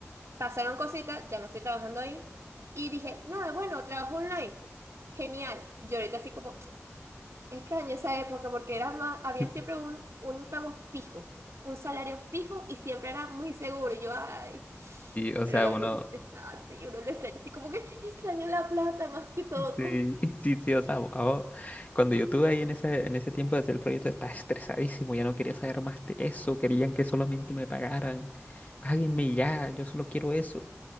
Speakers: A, on the right (about 75°); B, on the left (about 30°).
A: pasaron cositas, ya no estoy trabajando ahí. Y dije, nada, bueno, trabajo online. Genial. Yo ahorita así como, <tsk> extraño esa época porque era más, había
B: sí
A: siempre un, un pago fijo, un salario fijo y siempre era muy seguro. Y Yo, ay,
B: o
A: pero
B: sea,
A: era
B: uno,
A: muy estresante y uno lo extraña así como que extraño la plata más que todo.
B: Sí, <laughs> sí, sí, o sea, ahora- cuando yo estuve ahí en ese, en ese tiempo de hacer el proyecto estaba estresadísimo, ya no quería saber más de eso, querían que solamente me pagaran, páguenme ya, yo solo quiero eso.